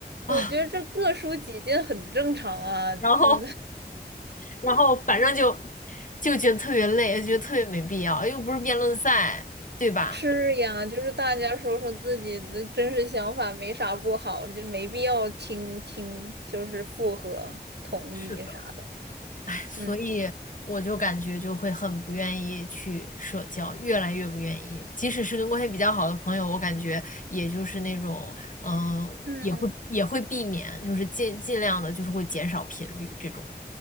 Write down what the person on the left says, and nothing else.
啊，
然后，
然后反正就就觉得特别累，觉得特别没必要，又不是辩论赛，对吧？
是的。所以我就感觉就会很不愿意去社交，
越来越不愿意。即使是跟关系比较好的朋友，我感觉也就是那种，嗯，
也会也会避免，就是尽尽量的，就是会减少频率这种。